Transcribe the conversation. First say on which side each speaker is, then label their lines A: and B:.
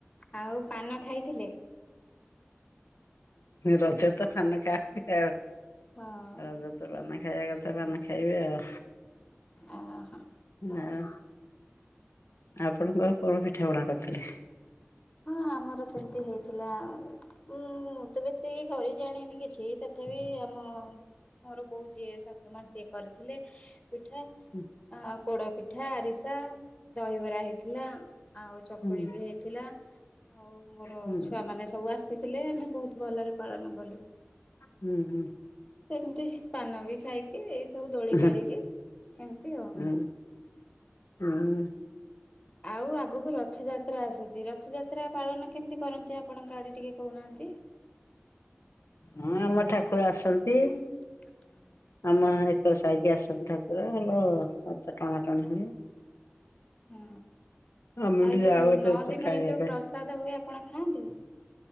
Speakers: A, on the left (about 20°); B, on the left (about 70°).
A: ଆଉ ପାନ ଖାଇଥିଲେ?
B: ରଜ ତ ପାନ ଖାଆନ୍ତି ଆଉ
A: ହଁ
B: ରଜ ପାନ ଖାଇବା କଥା! ସେବ ଖାଇବେ ଆଉ
A: ଓହୋ।
B: ଆଉ <inaudible> ଆପଣଙ୍କର କଣ ପିଠା ପଣା କରିଥିଲେ?
A: ହଁ ଆମର ସେମିତି ହେଇଥିଲା! ହୁଁ ମୁଁ ତ ବେଶୀ କରି ଜାଣିନି କିଛି ତଥାପି ଆମ ମୋର ବୋଉ ଯିଏ ଶାଶୁ ମା ସିଏ କରିଥିଲେ! ପିଠା,
B: ହୁଁ
A: ଆଉ ପୋଡ ପିଠା ଆରିସା ଦହିବରା ହେଇଥିଲା! ଆଉ ଚକୁଳି
B: ହୁଁ
A: ବି ହେଇଥିଲା ଆଉ ମୋର
B: ହୁଁ
A: ଛୁଆମାନେ ସବୁ ଆସିଥିଲେ ଆମେ ବହୁତ ଭଲରେ ପାଳନ କଲୁ
B: ହୁଁ
A: ସେମିତି ପାନ ବି ଖାଇକି ଏଇ ସବୁ ଦୋଳି
B: ହୁଁ
A: ଖେଳିକି ଏମିତି ଉ!
B: ହୁଁ। ହୁଁ।
A: ଆଉ ଆଗକୁ ରଜ ରଥଯାତ୍ରା ଆସୁଛି ରଥଯାତ୍ରା ପାଳନ କେମିତି କରନ୍ତି ଆପଣଙ୍କ ଆଡ଼େ ଟିକେ କହୁନାହାନ୍ତି?
B: ହଁ ଆମ ଠାକୁର ଆସନ୍ତି!
A: <unintelligible>
B: ଆମ ଏଇ ସାାଇକି ଆସନ୍ତି ଠାକୁର ଭଲ ରଥ ଟଣାଟଣି ହୁଏ।
A: ହଁ
B: ଆମେ
A: ଆଉ
B: ବି
A: ଯେଉଁ
B: ଯାଉ ଏଠି
A: ନଅ
B: ରଥ
A: ଦିନରେ
B: ଟାଣିବା
A: ଯେଉଁ
B: ପାଇଁ।
A: ପ୍ରସାଦ ହୁଏ ଆପଣ ଖାଆନ୍ତି?